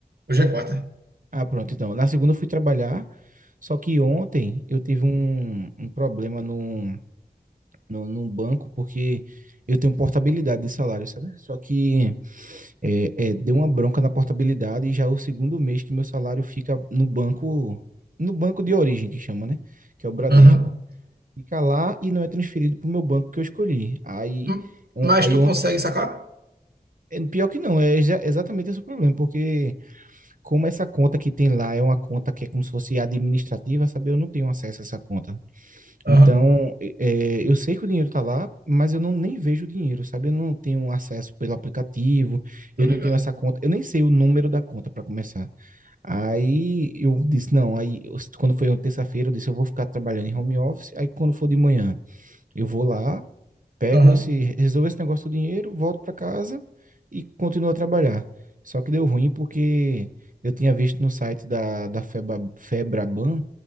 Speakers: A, on the right; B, on the right.
A: Hoje é quarta.
B: Ah, pronto, então. Na segunda eu fui trabalhar. Só que ontem eu tive um, um problema no, no, num banco, porque eu tenho portabilidade de salário, sabe? Só que é, é, deu uma bronca na portabilidade e já é o segundo mês que meu salário fica no banco, no banco de origem que chama, né? Que é o Bradesco.
A: Aham.
B: Fica lá e não é transferido para o meu banco que eu escolhi. Aí,
A: Hum,
B: on-
A: Mas
B: aí
A: tu consegue sacar?
B: É, Pior que não, é exa- exatamente esse o problema, porque como essa conta que tem lá é uma conta que é como se fosse administrativa, sabe? Eu não tenho acesso a essa conta.
A: Aham.
B: Então, e- é, eu sei que o dinheiro tá lá, mas eu não nem vejo o dinheiro, sabe? Eu não tenho acesso pelo aplicativo,
A: Tô
B: eu
A: ligado.
B: não tenho essa conta, eu nem sei o número da conta para começar. Aí eu disse, não, aí eu- quando foi uma terça-feira, eu disse, eu vou ficar trabalhando em home office, aí quando for de manhã, eu vou lá pego
A: Aham.
B: esse, resolvo esse negócio do dinheiro, volto para casa e continuo a trabalhar. Só que deu ruim porque eu tinha visto no site da, da Feba, Febraban